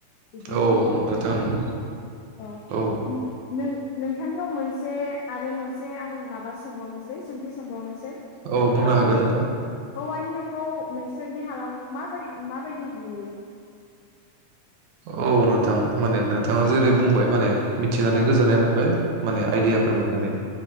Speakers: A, on the left; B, on the right.
A: बिदि
B: औ
A: <unintelligible>
B: नोंथां नंगौ
A: ओ
B: औ
A: नो नों नों थांनियाव मोनसे आरो मोनसे आं माबा सोंबावनोसै सों खेबसे सोंबावनोसै
B: औ बुंनो
A: ओ
B: हागोन नोंथां
A: औवानि न'खौ नोंसोरनि हालामाव मा फोय माबायदि लुयो
B: औ नोंथां माने नोंथाङा जेरै
A: औ
B: बुंबाय माने मिथिनानै
A: औ
B: गोजोननाय मोनबाय माने आइदियाफोर
A: औ
B: मोननानै